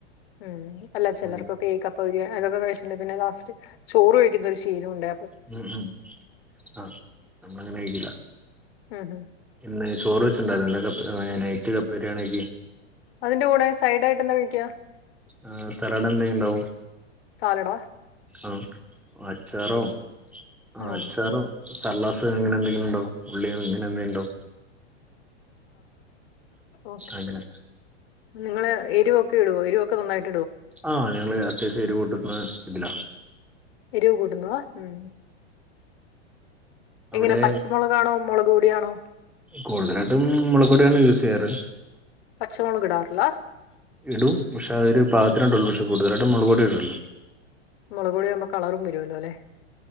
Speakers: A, on the left (about 60°); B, in the centre.
A: മ് മ് അല്ല ചിലർക്ക
B: ഉം
A: കേക്കപ്പ ബിരിയാി അതൊക്കെ ണ്ട് പിന്നെ ലാസ്റ്റ് ചോറ് കഴിക്കുന്ന ഒരു ശീരമുണ്ട്
B: ഉ ഉം ആ അങ്ങനെ കഴിക്കില്ല
A: ഉംം
B: എ ചോറ് വെച്ചുണ്ടാലോപ്പ നൈറ്റ് കപ്പരിയാണക്കക്ക്
A: അതിന്റെ കൂടെ സൈഡ ആയിട്ട് എന്താ വിഴിക്കുക
B: ആ സലട എന്തെങ്കി ണ്ടാവും
A: സാലഡോ
B: ആ അച്ചാറോ ആ
A: ഉം
B: അച്ചാറോ സർലാസ് ഇങ്ങനെ എന്തെങ്കിലും ഉണ്ടോ ഉള്ളിയും ഇങ്ങനെ എന്തെും ഉണ്ടോ
A: ഓക്കെ
B: അങ്ങനെ
A: നിങ്ങള് എരിവൊക്കെ ഇവോ എരിവക്കെ നന്നട്ട്
B: ആഹ് ഞങ്ങള് അത്യാവശ്യം എരു ഒരു കൂട്ടന്നഇതില
A: എരിവ് കൂട്ടുന്നുവ മ്
B: അവിടെ
A: എങ്ങനെ പച്ചമുളക്ാണോ മുളക് കൂടെിയാണോ
B: കൂടുതലായിട്ടും മുളകൊടിയാണ് യൂസ് ചെയ്യാറ്
A: സോളം വിടർല്ല
B: ഇടും പക്ഷേ അതൊരു പാകത്തിനട്ടള്ളൂ പക്ഷേ കൂടുതലായിട്ടും മുളുകോടി ഇട്ടുള്ളൂ
A: മുളകൊടിയുമ്പ കളറും വരുല്ലോല്ലെ